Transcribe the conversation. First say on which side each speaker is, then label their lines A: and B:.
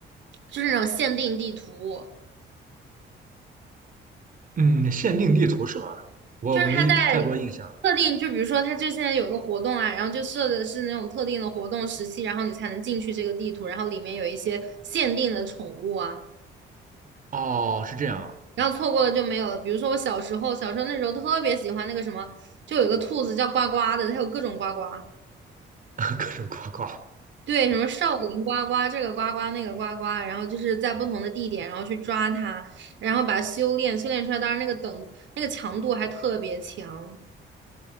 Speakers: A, on the right; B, on the right.
A: 就是那种限定地图。
B: 嗯，限定地图是吧？我没太多印象。
A: 就是他在特定，就比如说他就现在有个活动啊，然后就设的是那种特定的活动时期，然后你才能进去这个地图，然后里面有一些限定的宠物啊，
B: 哦，是这样，
A: 然后错过了就没有了。比如说我小时候，小时候那时候特别喜欢那个什么，就有个兔子叫呱呱的，它有各种呱呱，
B: <laughs> 各种呱呱，
A: 对，什么少林呱呱，这个呱呱那个呱呱，然后就是在不同的地点，然后去抓它，然后把它修炼，修炼出来，当然那个等那个强度还特别强，